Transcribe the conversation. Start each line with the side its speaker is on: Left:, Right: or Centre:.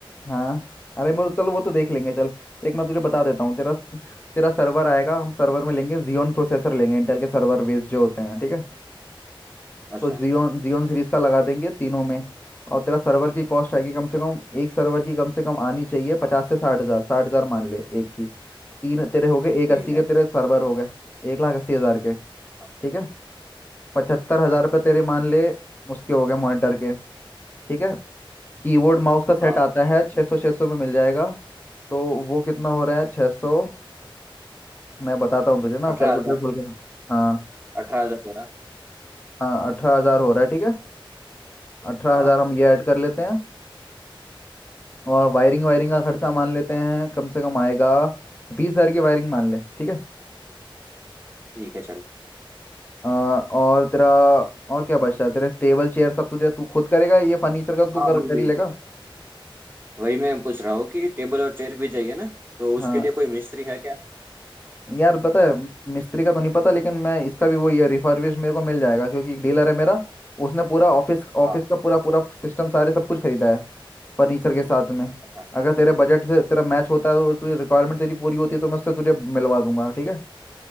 Left: हाँ अरे वो चल वो तो देख लेंगे चल देख मैं तुझे बता देता हूँ तेरा स- तेरा सर्वर आएगा हम सर्वर में लेंगे जियोन प्रोसेसर लेंगे इंटेल के सर्वर बेस्ड जो होते हैं ठीक है
Right: अच्छा
Left: तो जियोन जियोन सीरीज का लगा देंगे तीनों में और तेरा सर्वर की कॉस्ट आएगी कम से कम एक सर्वर की कम से कम आनी चाहिए पचास से साठ हज़ार साठ हज़ार मान ले एक की तीन तेरे हो गए एक
Right: ठीक
Left: अस्सी
Right: है
Left: के तेरे सर्वर हो गए एक लाख अस्सी हज़ार के
Right: हाँ
Left: ठीक है पचहत्तर हजार रुपये तेरे
Right: ठीक
Left: मान ले उसके हो गए मॉनिटर के ठीक है कीबोर्ड माउस का सेट
Right: हाँ
Left: आता है छः सौ छः सौ में मिल जाएगा तो वो कितना हो रहा है छः सौ मैं बताता हूँ तुझे ना
Right: अठारह
Left: कैलकुलेटर
Right: हजार
Left: खोल के हाँ
Right: अठारह हजार मेरा
Left: हाँ अठारह हजार हो रहा है ठीक है अठारह
Right: हाँ
Left: हजार हम ये ऐड कर लेते हैं और वायरिंग वायरिंग का खर्चा मान लेते हैं कम से कम आएगा बीस हजार की वायरिंग मान ले ठीक है
Right: ठीक है चल
Left: अ, और तेरा और क्या बचता है तेरे टेबल चेयर सब तुझे तू खुद करेगा ये फर्नीचर का तो तू
Right: हाँ
Left: कर
Right: वही
Left: कर
Right: वही
Left: ही लेगा
Right: वही मैं पूछ रहा हूँ कि टेबल और चेयर भी चाहिए ना तो उसके
Left: हाँ
Right: लिए कोई मिस्त्री है क्या
Left: यार पता है म- मिस्त्री का तो नहीं पता लेकिन मैं इसका भी वही है रिफर्बिश मेरे को मिल जाएगा क्योंकि एक डीलर है मेरा उसने पूरा ऑफिस
Right: हाँ
Left: ऑफिस का पूरा पूरा सिस्टम सारे सब कुछ खरीदा है फर्नीचर के साथ में
Right: अच्छा
Left: अगर तेरे बजट से तेरा मैच होता है तो तुझे रिक्वायरमेंट तेरी पूरी होती है तो मैं उससे तुझे मिलवा दूंगा ठीक है